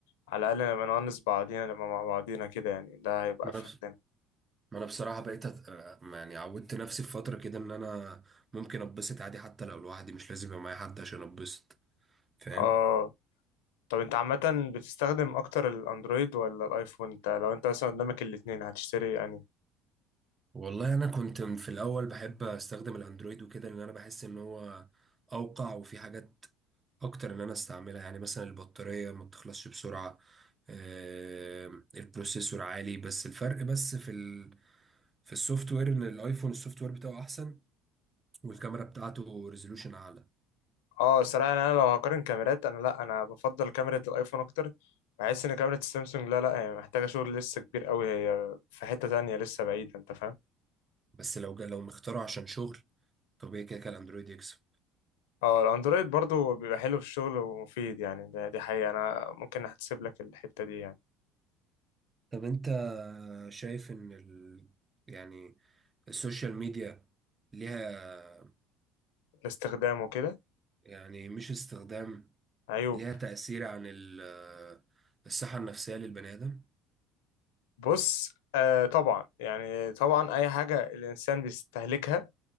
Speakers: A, on the left; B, on the right.
A: على الأقل نبقى نونس بعضينا نبقى مع بعضينا كده يعني ده هيبقى
B: ما
A: في
B: انا بص-
A: لنا
B: ما انا بصراحة بقيت أت... آه، يعني عودت نفسي في فترة كده ان انا ممكن اتبسط عادي حتى لو لوحدي مش لازم يبقى معايا حد عشان اتبسط فاهم
A: آه طب أنت عامة بتستخدم أكتر الأندرويد ولا الأيفون أنت لو أنت مثلا قدامك الاتنين هتشتري يعني
B: والله انا كنت في الاول بحب استخدم الاندرويد وكده لان انا بحس ان هو اوقع وفي حاجات اكتر ان انا استعملها يعني مثلا البطارية ما بتخلصش بسرعة آه، البروسيسور عالي بس الفرق بس في ال... في السوفت وير ان الايفون السوفت وير بتاعه احسن والكاميرا بتاعته ريزولوشن اعلى
A: اه الصراحة يعني انا لو هقارن كاميرات انا لا انا بفضل كاميرا الايفون اكتر بحس ان كاميرا السامسونج لا لا هي محتاجة شغل لسه كبير قوي هي في حتة تانية لسه بعيدة انت فاهم
B: بس لو جا... لو مختاره عشان شغل طبيعي كده كده الاندرويد يكسب
A: اه الاندرويد برضو بيبقى حلو في الشغل ومفيد يعني ده دي حقيقة انا ممكن احتسب لك الحتة دي يعني
B: طب انت شايف ان ال... يعني السوشيال ميديا ليها
A: الاستخدام وكده
B: يعني مش استخدام
A: عيوب
B: ليها تأثير عن ال... الصحة النفسية للبني آدم
A: بص آه طبعا يعني طبعا اي حاجة الانسان بيستهلكها